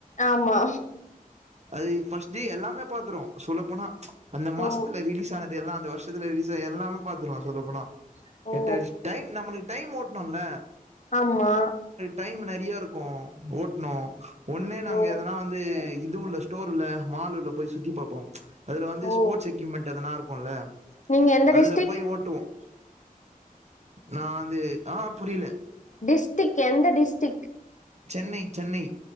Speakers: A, on the left; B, on the right.
A: ஆமா
B: அது ஃபர்ஸ்ட் எல்லாமே பாத்ருவோம் சொல்லப்போனா அந்த மாசத்துல
A: ஓ
B: ரிலீஸ் ஆனது எல்லாம் அந்த ஷத்துல ரீசன் எல்லாமே பாத்துருவான் சொல்ல போனா
A: ஓ
B: எட்ட டைம் நம்ம டைம் ஓட்ணும்ல
A: ஆமா
B: டைம் நறைய இருக்கும் ஓட்னும் ஒன்னு நாங்க
A: ஓ
B: எதனா வந்து இது உள்ள ஸ்டோர்ல மால்ல போய் சுத்தி பாப்போம் அது வந்து
A: ஓ
B: ஸ்போர்ஸ் எக்யூப்மெண்ட் அதல்லான் இருக்கும் பொல
A: நீங்க எந்த
B: அதுல
A: டிஸ்டிக்
B: போய் ஓட்டுவோம் நான் வந்து ஆஹ் புரில
A: டிஸ்டிக் எந்த டிஸ்டிக்
B: சென்னை சென்னை